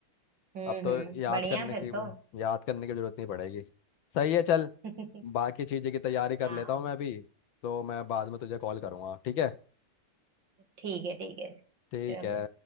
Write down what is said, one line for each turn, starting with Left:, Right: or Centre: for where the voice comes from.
Right: हम्म
Left: अब तो
Right: हम्म
Left: याद
Right: बढ़िया
Left: करने
Right: फिर
Left: की
Right: तो
Left: याद करने की जरूरत नहीं पड़ेगी सही है चल
Right: <laughs>
Left: बाकी चीज़ें की तैयारी कर
Right: हाँ
Left: लेता हूँ मैं अभी तो मैं बाद में तुझे कॉल करूँगा ठीक है
Right: ठीक है ठीक है
Left: ठीक
Right: चलो
Left: है